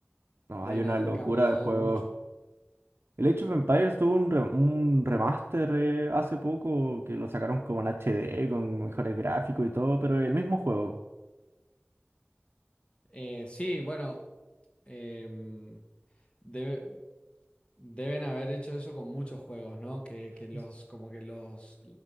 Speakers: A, on the right; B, on the left.
A: no,
B: deben
A: hay una
B: haber
A: locura
B: cambiado
A: de juegos.
B: mucho.
A: El Age of Empires tuvo un, re- un remaster eh, hace poco que lo sacaron como en HD, con mejores gráficos y todo, pero el mismo juego.
B: Eh, sí, bueno, em, debe- Deben haber hecho eso con muchos juegos, ¿no? Que, que los
A: Es-
B: como que los,